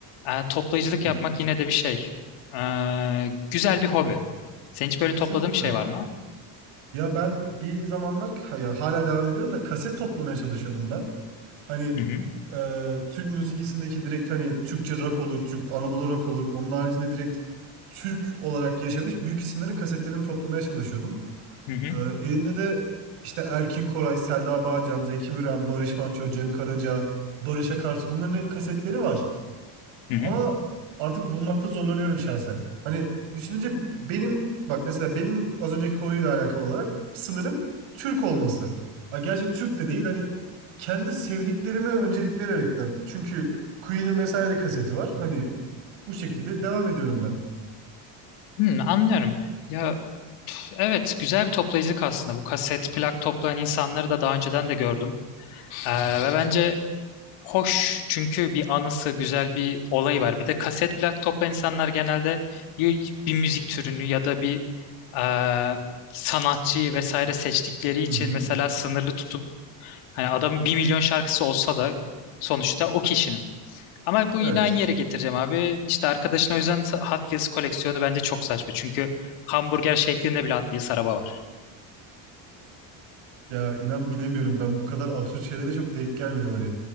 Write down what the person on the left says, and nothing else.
eee, toplayıcılık
yapmak yine de bir şey. Eee, güzel bir hobi. Senin hiç böyle
topladığın bir şey var mı?
Hı hı,
hı hı,
hı
hı.
Hmm, anlıyorum. Ya evet güzel bir toplayıcılık aslında. Bu kaset, plak toplayan insanları da daha önceden de gördüm. Ee,
ve bence hoş çünkü bir anısı, güzel bir olayı var. Bir de kaset plak toplayan insanlar genelde ya bir müzik türünü ya da bir e, sanatçıyı vesaire seçtikleri için
mesela sınırlı tutup hani adamın bir milyon şarkısı olsa da sonuçta o kişinin. Ama bu
yine aynı yere getireceğim abi. İşte arkadaşın o yüzden Hot Wheels koleksiyonu bence çok saçma. Çünkü hamburger şeklinde bile Hot Wheels araba var.